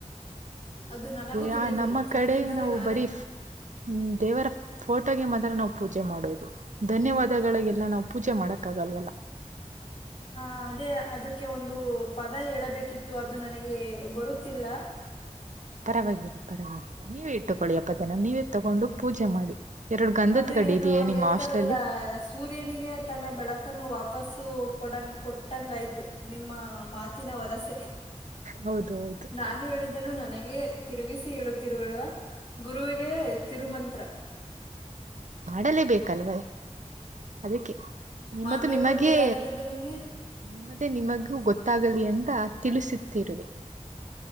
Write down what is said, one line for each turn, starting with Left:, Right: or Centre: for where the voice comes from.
Left: ಅದು ನನಗೂ
Right: ಯ
Left: ತಿಳಿದಿಲ್ಲ
Right: ನಮ್ಮ
Left: ತಿಳಿದಿದ್ದರೆ
Right: ಕಡೆ ನಾವು
Left: ನಾನೇ
Right: ಬರೀ. ಹ್ಮ ದೇವರ ಫೋಟೋಗೆ ಮಾತ್ರ ನಾವು ಪೂಜೆ ಮಾಡೋುದು. ಧನ್ಯವಾದಗಳಿಗೆಲ್ಲ ನಾವು ಪೂಜೆ ಮಾಡಕ್ಕ ಆಗಲ್ವಲ್ಲ.
Left: ಹಾ ಅದೇ ಅದಕ್ಕೆ ಒಂದು ಪದ ಹೇಳಬೇಕಿತ್ತು ಅದು ನನಗೆ ಬರುತ್ತಿಲ್ಲ.
Right: ಪರವಾಗಿಲ್ಲ ಪರವಾಗಿಲ್ಲ ನೀವೇ ಇಟ್ಟುಕೊಳ್ಳಿ ಆ ಪದನ ನೀವೇ ತಗೊಂಡು ಪೂಜೆ ಮಾಡಿ. ಎರಡು ಗಂಧತ್
Left: ಅದು
Right: ಕಡ್ಡಿ
Left: ಏನು
Right: ಇದೆಯೇ ನಿಮ್ಮ
Left: ಹೇಳ್ತಾರಲ್ಲ
Right: ಹಾಸ್ಟೆಲ್ ಅಲ್ಲಿ.
Left: ಸೂರ್ಯನಿಗೆ ತನ್ನ ಬೆಳಕನ್ನು ವಾಪಸ್ಸು ಕೊಡಂಗ ಕೊಟ್ಟಂಗಾಯ್ತು ನಿಮ್ಮ ಮಾತು. ಮಾತಿನ ವರಸೆ.
Right: ಹೌದು ಹೌದು.
Left: ನಾನು ಹೇಳಿದ್ದನ್ನು ನನಗೆ ತಿರುಗಿಸಿ ಹೇಳುತ್ತಿರುವಿರಾ ಗುರುವಿಗೆ ತಿರುಮಂತ್ರ.
Right: ಮಾಡಲೇ ಬೇಕಲ್ವೇ ಅದಕ್ಕೆ. ನಿಮ್ಮದು
Left: ಮಾಡಬೇಕು
Right: ನಿಮಗೇ.
Left: ಅಂತ ಯಾರು ಹೇಳಿದ್ದು ನಿಮಗೆ
Right: ನಿಮ್ಮದೇ ನಿಮಗೂ ಗೊತ್ತಾಗಲಿ ಅಂತ ತಿಳಿಸುತ್ತಿರುವೆ.